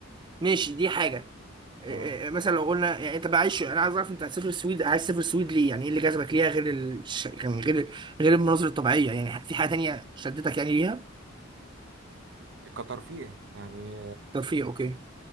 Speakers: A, on the right; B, on the right.
A: ماشي دي حاجه
B: يعني
A: إيه- إيه،
B: تمام
A: مثلا لو قلنا يعني انت بقى عايش انا عايز اعرف انت هتسافر السويد عايز تسافر السويد ليه يعني ايه اللي جذبك ليها غير الش... يعني غير غير المناظر الطبيعيه يعني في حاجه تانية شدتك يعني ليها
B: كترفيه يعني
A: ترفيه اوكي